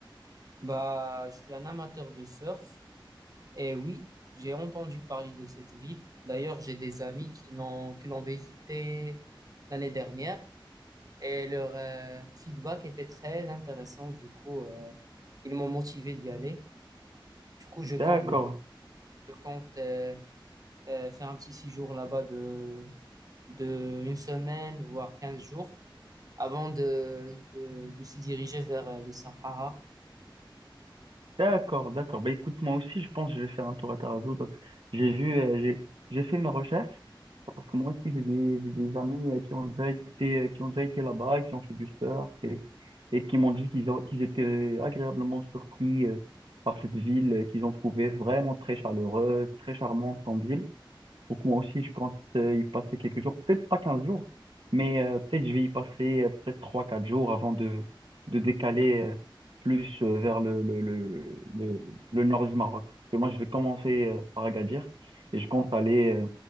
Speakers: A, on the right; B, on the right.
A: Bah, je suis un amateur de surf et oui, j'ai entendu parler de cette ville. D'ailleurs, j'ai des amis qui l'ont qui l'ont visité l'année dernière et leur euh, feedback était très intéressant. Du coup, euh, ils m'ont motivé d'y aller. Du coup, je
B: D'accord,
A: compte, je compte euh, euh, faire un petit séjour là-bas de, de une semaine, voire quinze jours. avant de, de, de se diriger vers euh, le Sahara.
B: d'accord, d'accord. Bah écoute, moi aussi, je pense que je vais faire un tour à Tarazout. J'ai vu, euh, j'ai, j'ai fait mes recherches. Parce que moi aussi, j'ai des, j'ai des amis euh, qui ont déjà été, euh, qui ont déjà été là-bas, qui ont fait du surf et, et qui m'ont dit qu'ils ont, qu'ils étaient agréablement surpris euh, par cette ville, euh, qu'ils ont trouvé vraiment très chaleureuse, très charmante comme ville. Donc moi aussi, je compte euh, y passer quelques jours, peut-être pas 15 jours, mais euh, peut-être je vais y passer euh, peut-être trois quatre jours avant de, de décaler euh, plus euh, vers le, le, le, le, le nord du Maroc. Parce que moi, je vais commencer euh, par Agadir et je compte aller, euh,